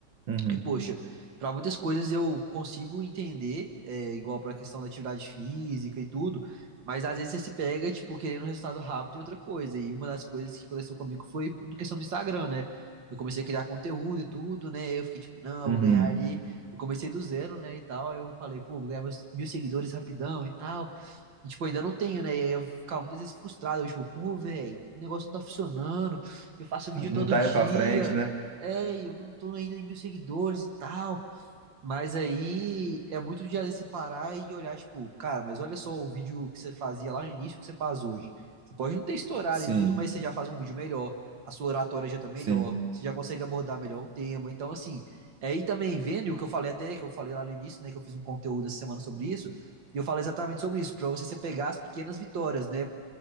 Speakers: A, on the right; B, on the right.
A: Uhum.
B: Porque, poxa, para muitas coisas eu consigo entender, é, igual para a questão da atividade física e tudo, mas às vezes você se pega, tipo, querendo um resultado rápido e outra coisa. E uma das coisas que aconteceu comigo foi na questão do Instagram, né? Eu comecei a criar conteúdo e tudo, né? Eu fiquei tipo, não, eu
A: Uhum.
B: vou ganhar ali. Eu comecei do zero, né? E tal. Aí eu falei, pô, vou ganhar meus mil seguidores rapidão e tal. E, tipo, ainda não tenho, né? E aí eu ficava muitas vezes frustrado. Eu, tipo, pô, velho, o negócio não tá funcionando. Eu faço vídeo
A: Não
B: todo
A: tá
B: dia.
A: indo pra frente, né?
B: É, e eu não tô ainda em mil seguidores e tal. Mas aí é muito de às vezes, separar e olhar, tipo, cara, mas olha só o vídeo que você fazia lá no início que você faz hoje. Você pode não ter estourado
A: Sim,
B: e tudo, mas você já faz um vídeo melhor, a sua oratória já tá melhor,
A: sim,
B: você já consegue abordar melhor o tema. Então, assim, é aí também vendo e o que eu falei até, que eu falei lá no início, né, que eu fiz um conteúdo essa semana sobre isso, e eu falo exatamente sobre isso, pra você se pegar as pequenas vitórias, né?